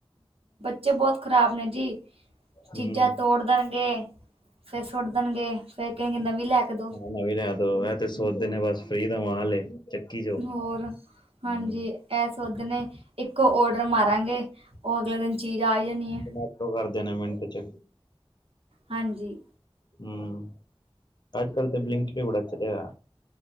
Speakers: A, on the right; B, on the left.
A: ਬੱਚੇ ਬਹੁਤ ਖ਼ਰਾਬ ਨੇ ਜੀ। ਚੀਜ਼ਾਂ
B: ਹੂੰ
A: ਤੋੜ ਦੇਣਗੇ ਫੇਰ ਸੁੱਟ ਦੇਣਗੇ ਫੇਰ ਕਹਿਣਗੇ ਨਵੀਂ ਲੈ ਕੇ ਦੋ
B: ਹਾਂ ਨਵੀਂ ਲਹਿ ਦੋ ਇਹ ਤੇ ਸੋਚਦੇ ਨੇ ਬਸ ਫਰੀ ਦਾ ਮਾਲ ਏ। ਚੱਕੀ ਜੋ
A: ਹੋਰ
B: ਹੂੰ
A: ਹਾਂਜੀ ਐਸ ਸੋਧਣੇ ਇੱਕੋ ਔਡਰ ਮਾਰਾਂਗੇ ਉਹ ਅਗਲੇ ਦਿਨ ਚੀਜ਼ ਆ ਜਾਣੀ ਹੈ।
B: ਜਮੈਟੋ ਕਰਦੇ ਮਿੰਟ ਚ
A: ਹਾਂਜੀ।
B: ਹਮ ਆਜ ਕਲ ਤੇ ਬਲਿੰਕਿਟ ਬੜਾ ਚਲਿਆ